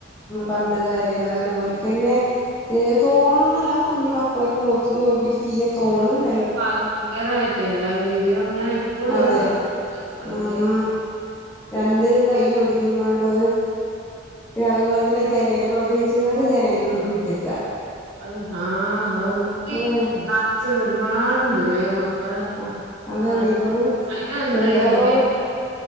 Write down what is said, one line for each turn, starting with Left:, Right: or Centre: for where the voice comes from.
Left: പറഞ്ട്ട് കാര്യല്ല അതാണ് ഓലക്കന്നെ എ തോന്നല്ല ആ കുഞ്ഞി മക്കളൊക്കെ മൊഖത്ത് നോക്കീട്ട് ചി <unintelligible> തോന്നുന്നുണ്ട്
Right: ഭയങ്കരമായിട്ടല്ല ആ വീഡിയോ ഇങ്ങനെ എപ്പോഴും
Left: അതെ
Right: അത് കാണ ഭയങ്കരല്ല
Left: ആഹ് രണ്ട് കൈയും ഒടിഞ്ഞങ്ങാണ്ട് പിന്നെ അതുപോലെ തന്നെ ജനല് പ്രസവിച്ചാണ്ട് ജനല് ഉള്ളു കൂടെ ഇട്ട്ക്ക
Right: അത് ആ <unintelligible>
Left: അതാണ്
Right: ഒരുപാട് ഉണ്ടല്ലേ <unintelligible>
Left: ആഹ് അതാണ് വെറും ചെറു ഓരോട്